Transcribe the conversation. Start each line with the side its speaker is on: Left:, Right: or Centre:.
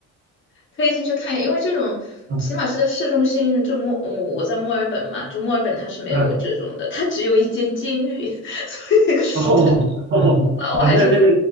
Left: 可以进去看一下，因为这种起码是在市中心，
Right: 嗯
Left: 就墨，我我在墨尔本嘛，就墨尔本它是没有这种的，
Right: 嗯，
Left: 它只有一间监狱，<laughs> 所以这是
Right: 哦哦
Left: 的话，我还是可以
Right: 哦，那那那个，